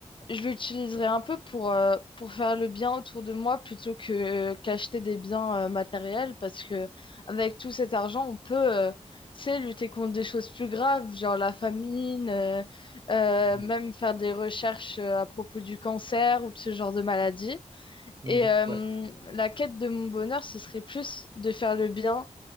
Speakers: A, on the left (about 40°); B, on the right (about 40°).
A: je l'utiliserais un peu pour, euh, pour faire le bien autour de moi plutôt que qu'acheter des biens euh, matériels. Parce que avec tout cet argent, on peut, euh, tu sais, lutter contre des choses plus graves, genre la famine, euh, euh,
B: mhm,
A: même faire des recherches euh, à propos du cancer ou de ce genre de maladie.
B: mhm,
A: Et euh,
B: ouais.
A: la quête de mon bonheur, ce serait plus de faire le bien